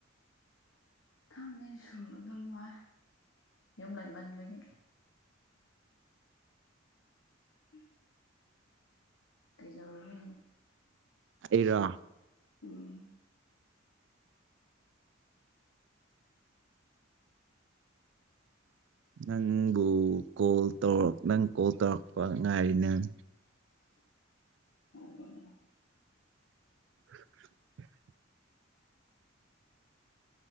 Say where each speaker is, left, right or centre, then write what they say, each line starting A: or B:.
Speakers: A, on the left; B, on the right.
A: ꯊꯝꯅꯤ ꯁꯗꯅ ꯋꯥ ꯌꯨꯝ ꯂꯩꯃꯟꯕꯒꯤ ꯎꯝ ꯀꯖꯔꯦ
B: ꯏꯔꯣ
A: ꯎꯝ ꯎ
B: ꯅꯪꯕꯨ ꯀꯣꯜ ꯇꯧꯛ ꯅꯪ ꯀꯣꯜ ꯇꯧꯔꯛꯄ ꯉꯥꯏꯔꯤ ꯅꯪ
A: ꯑꯣ
B: <inaudible>